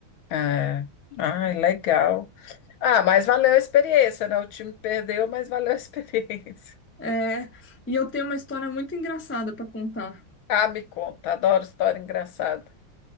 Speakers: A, on the left; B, on the left.
A: É. Ai, legal. Ah, mas valeu a experiência, né? O time perdeu, mas valeu a experiência. <laughs>
B: É, e eu tenho uma história muito engraçada para contar.
A: Ah, me conta, adoro história engraçada.